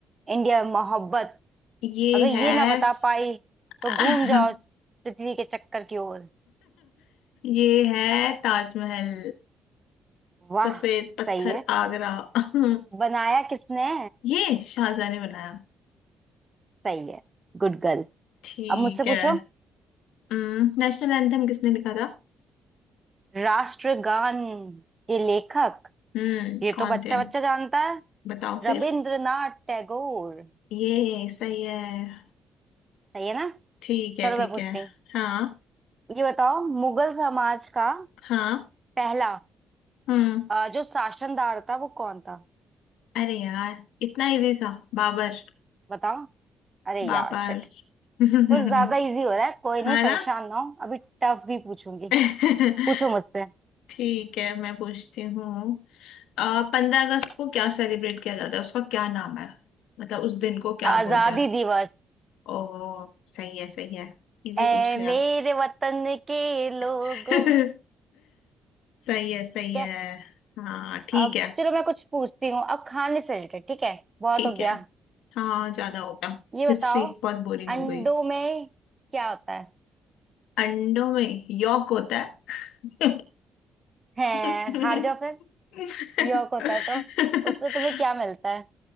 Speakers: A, on the right; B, on the left.
A: इंडिया मोहब्बत
B: ये
A: अगर ये
B: है
A: ना बता
B: स-
A: पाई
B: <laughs>
A: तो घूम जाओ पृथ्वी के चक्कर की ओर
B: ये है ताजमहल
A: वाह
B: सफेद पत्थर
A: सही है
B: आगरा <laughs>
A: बनाया किसने
B: ये शाहजहां ने बनाया
A: सही है गुड गर्ल
B: ठीक
A: अब मुझसे
B: है
A: पूछो
B: हम्म नेशनल एंथम किसने लिखा था
A: राष्ट्रगान के लेखक
B: हम्म
A: ये
B: कौन
A: तो बच्चा
B: थे
A: बच्चा जानता है
B: बताओ फिर
A: रविंद्रनाथ टैगोर
B: ये सही है
A: सही है ना
B: ठीक है
A: चलो
B: ठीक
A: मैं पूछती
B: है
A: हूँ
B: हाँ
A: ये बताओ मुगल समाज का
B: हाँ
A: पहला
B: हम्म
A: अ, जो शासनदार था वो कौन था
B: अरे यार इतना इजी सा बाबर
A: बताओ अरे
B: बाबर
A: यार शिट
B: <laughs>
A: कुछ ज्यादा इजी हो रहा है कोई नहीं
B: हाँ
A: परेशान
B: ना
A: ना हो अभी टफ भी पूछूंगी
B: <laughs>
A: पूछो मुझसे
B: ठीक है मैं पूछती हूँ पंद्रह अगस्त को क्या सेलिब्रेट किया जाता है उसका क्या नाम है मतलब उस दिन को क्या
A: आजादी
B: बोलते हैं
A: दिवस
B: ओह सही है सही है इजी
A: ऐ
B: पूछ लिया
A: मेरे वतन के लोगों
B: <laughs> सही है सही
A: ठीक
B: है
A: है
B: हाँ ठीक
A: अब
B: है
A: चलो मैं कुछ पूछती हूँ अब खाने से रिलेटेड ठीक है बहुत
B: ठीक
A: हो गया
B: है हाँ ज्यादा हो गया
A: ये बताओ
B: हिस्ट्री बहुत बोरिंग
A: अंडों
B: हो गई
A: में क्या होता है
B: अंडों में यॉक होता है
A: है
B: <laughs>
A: हार जाओ फिर
B: <laughs>
A: यॉक होता है तो उससे तुम्हें क्या मिलता है